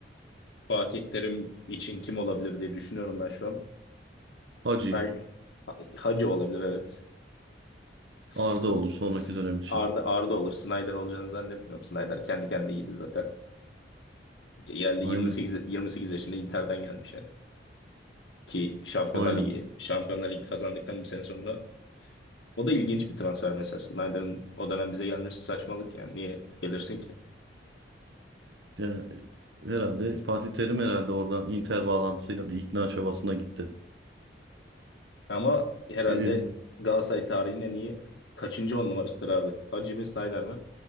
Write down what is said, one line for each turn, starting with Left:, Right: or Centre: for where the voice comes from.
Left: Fatih Terim için kim olabilir diye düşünüyorum ben şu an.
Right: Hacı
Left: Belki Ha- Hacı olabilir evet. S-
Right: Arda olur sonraki
Left: S-
Right: dönem için.
Left: Arda Arda olur. Snyder olacağını zannetmiyorum. Snyder kendi kendine iyiydi zaten. Geldi
Right: Aynen.
Left: 28 28 yaşında Inter'den gelmiş yani. Ki Şampiyonlar
Right: Aynen.
Left: Ligi Şampiyonlar Ligi kazandıktan bir sene sonra O da ilginç bir transfer mesela. Snyder'ın o dönem bize gelmesi saçmalık yani. Niye gelirsin ki?
Right: Ya herhalde Fatih Terim herhalde oradan Inter bağlantısıyla bir ikna çabasına gitti.
Left: Ama herhalde
Right: Ee,
Left: Galatasaray tarihinin en iyi kaçıncı on numarasıdır abi? Hacı mi Snyder mi?